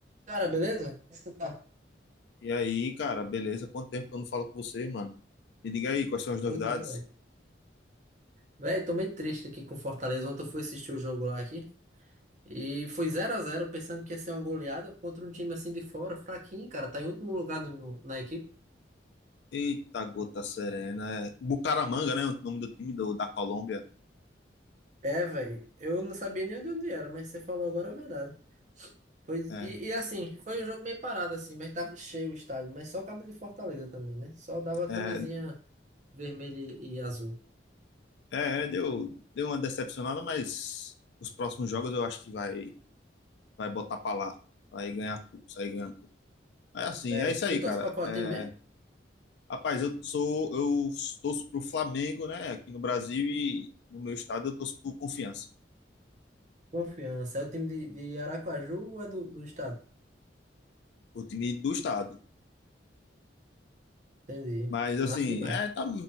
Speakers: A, on the right; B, on the left.
A: Cara, beleza? Como é que você tá?
B: E aí, cara, beleza? Quanto tempo que eu não falo com você, mano? Me diga aí, quais são as novidades?
A: Pois é, velho. Velho, tô meio triste aqui com o Fortaleza. Ontem eu fui assistir o jogo lá aqui. E foi zero a zero, pensando que ia ser uma goleada contra um time assim de fora, fraquinho, cara. Tá em último lugar no- no- na equipe.
B: Eita, gota serena. É, Bucaramanga, né? O nome do time do- da Colômbia.
A: É, velho. Eu não sabia nem de onde era, mas você falou agora a verdade. Foi,
B: É,
A: e, e assim, foi um jogo meio parado, assim, mas tava cheio o estádio. Mas só cabo de Fortaleza também, né? Só dava
B: é,
A: camisinha vermelha e, e azul.
B: é, é, deu, deu uma decepcionada, mas os próximos jogos eu acho que vai, vai botar pra lá. Vai ganhar tudo, sair ganhando tudo. É assim,
A: É.
B: é isso aí,
A: Tu torce
B: cara.
A: pra qual
B: É,
A: time mesmo?
B: rapaz, eu sou, eu torço pro Flamengo, né? Aqui no Brasil e no meu estado eu torço pro Confiança.
A: Confiança. É o time de, de Aracaju ou é do, do estado?
B: O time do estado.
A: Entendi.
B: Mas assim,
A: Massa demais.
B: é, tá,